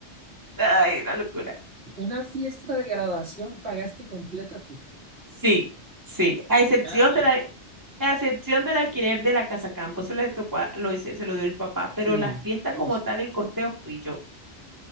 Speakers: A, on the right; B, on the right.
A: ay, una locura.
B: una fiesta de graduación pagaste completa tú.
A: Sí, sí, a excepción
B: Ah,
A: de la, a excepción del alquiler de la casa campo, eso le tocó, a- lo, se, se, lo dio el papá, pero
B: Sí,
A: la fiesta
B: pues,
A: como tal, el costeo fui yo.